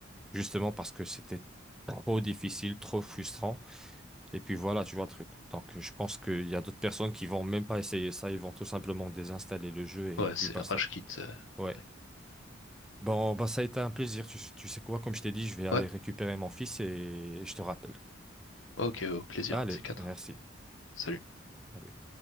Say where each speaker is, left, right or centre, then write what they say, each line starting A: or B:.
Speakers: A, in the centre; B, on the left.
A: justement parce que c'était trop difficile, trop frustrant. Et puis voilà, tu vois le truc. Donc je pense qu'il y a d'autres personnes qui vont même pas essayer ça, ils vont tout simplement désinstaller le jeu et
B: ouais,
A: puis
B: c'est
A: basta,
B: Rashkit.
A: quoi.
B: euh,
A: Ouais.
B: direct.
A: Bon, bah ça a été un plaisir. Tu, tu sais quoi, comme je t'ai dit, je vais aller
B: Ouais,
A: récupérer mon fils et je te rappelle.
B: ok, au plaisir,
A: Allez,
B: de ces quatre.
A: merci.
B: Salut.
A: Allez.